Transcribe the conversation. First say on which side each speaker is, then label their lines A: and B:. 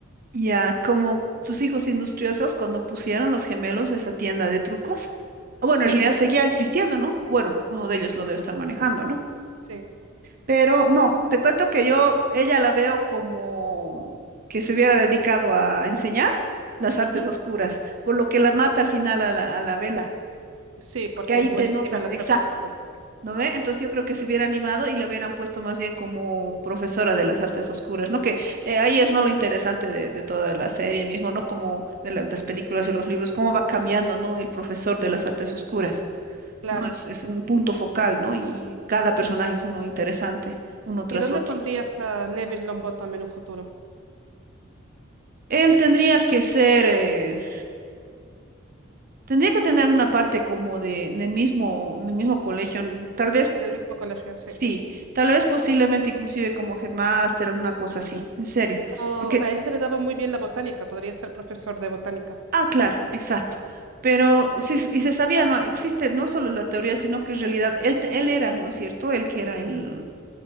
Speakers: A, on the right; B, on the right.
A: ya, como sus hijos industriosos, cuando pusieron los gemelos esa tienda de trucos, o
B: Sí,
A: bueno, en realidad seguía existiendo, ¿no? Bueno, uno de ellos lo debe estar manejando, ¿no?
B: sí.
A: Pero no, te cuento que yo, ella la veo como que se hubiera dedicado a enseñar las artes
B: ujú.
A: oscuras, por lo que la mata al final a la, a la vela,
B: Sí, porque
A: porque ahí
B: es buenísima
A: te notas,
B: en las
A: exacto,
B: artes oscuras, sí.
A: ¿no ve? Entonces yo creo que se hubiera animado y la hubieran puesto más bien como profesora de las artes oscuras, ¿no? Que eh, ahí es no lo interesante de, de toda la serie mismo, ¿no? Como de la- las películas y los libros, cómo va cambiando, ¿no? El profesor de las artes oscuras,
B: Claro.
A: ¿no? Es, es un punto focal, ¿no? Y cada personaje es uno interesante, uno tras
B: ¿Y dónde
A: otro.
B: pondrías a Neville Longbottom en un futuro?
A: Él tendría que ser, eh, tendría que tener una parte como de, en el mismo, en el mismo colegio, n- tal vez,
B: En el mismo colegio, sí.
A: sí, tal vez posiblemente inclusive como headmaster, alguna cosa así, en serio,
B: O
A: porque,
B: a él se le daba muy bien la botánica, podría ser profesor de botánica.
A: ah, claro, exacto, pero sí, s- y se sabía, no, existe no solo la teoría, sino que en realidad él, te- él era, ¿no es cierto? Él que era el,